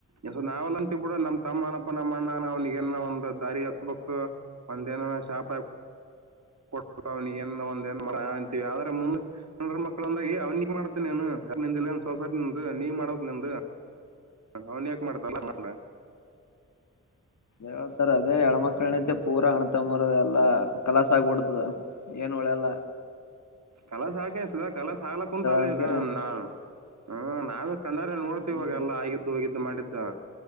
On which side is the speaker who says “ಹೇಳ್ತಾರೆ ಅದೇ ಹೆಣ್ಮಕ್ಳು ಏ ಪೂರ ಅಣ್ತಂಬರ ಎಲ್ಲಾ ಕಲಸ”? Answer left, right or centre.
Left